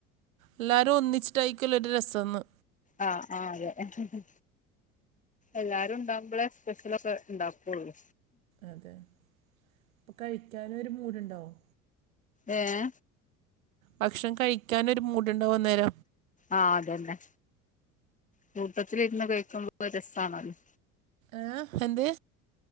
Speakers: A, on the right; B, on the left.
A: എല്ലാവരും ഒന്നിച്ചിട്ടായിരിക്കുല്ലൊ ഒരു രസംന്ന്
B: ആഹ് ആഹ് അതെ എല്ലാരും ഉണ്ടാവുമ്പോളെ സ്പെഷ്യലൊക്കെ ഉണ്ടാക്കുള്ളൂ
A: അതെ അപ്പം കഴിക്കാനും ഒരു മൂടു ണ്ടാവും
B: ഏയ്
A: ഭക്ഷണം കഴിക്കാനൊരു മൂട്ടടുണ്ടാവുംഅന്നേരം
B: ആഹ് അതെന്നെ കൂട്ടത്തിലിരുന്ന് കഴിക്കുമ്പോരസണല്ലോ
A: ഏയ് ഹെന്ത്